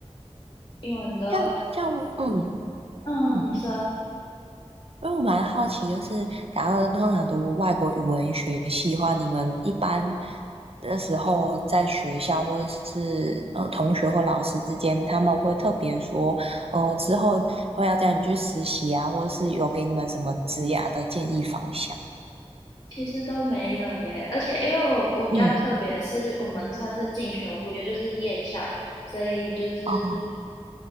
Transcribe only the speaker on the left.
英文都，
嗯，
你说，
其实都没有耶，而且因为我我比较特别，
是我们算是进修部，也就是夜校，所以就是